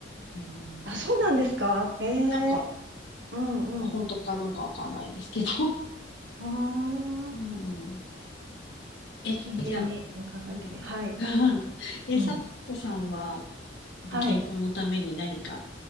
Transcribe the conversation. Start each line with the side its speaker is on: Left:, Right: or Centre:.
Left: うん。
Right: あ、そうなんですかええ
Left: なんか、
Right: うんうん。
Left: まあ、本当かどうかわかんないですけど。
Right: うーん。
Left: <laughs> うん。え、
Right: 真剣にうん考えてみ、
Left: じゃあ、うん。
Right: はい。
Left: <laughs> うんえじゃあうんえサットさんは、
Right: うん。
Left: やっぱ健康のために何か
Right: はい。